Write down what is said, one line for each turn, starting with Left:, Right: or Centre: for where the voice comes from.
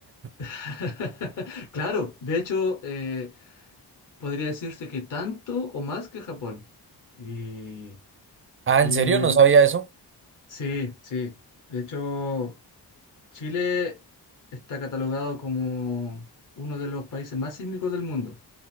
Left: <laughs>
Right: <laughs>
Left: Claro, de hecho, eh, podría decirse que tanto o más que Japón. Y,
Right: Ah,
Left: y
Right: ¿en serio? No sabía eso.
Left: Sí, sí. De hecho, Chile está catalogado como uno de los países más sísmicos del mundo,